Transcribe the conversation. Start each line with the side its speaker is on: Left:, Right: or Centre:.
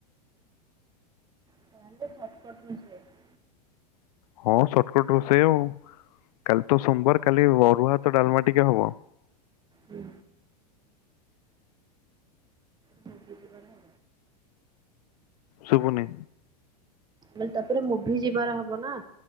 Right: ସେ ତ ସଛଟକଟ ର ସେ <unintelligible>
Left: ହଁ ସଟକଟ ରୋଷେଇ ଆଉ କାଲି ତ ସୋମବାର କାଲି ଅରୁଆାତ ଡାଲମା ଟିକେ ହବ।
Right: ହୁଁ। ମୁଛି ବରାବ
Left: ଶୁଭୁନି
Right: ମେ ତାପରେ ମୁଁ ବି ଯିବାର ହବ ହବ ନା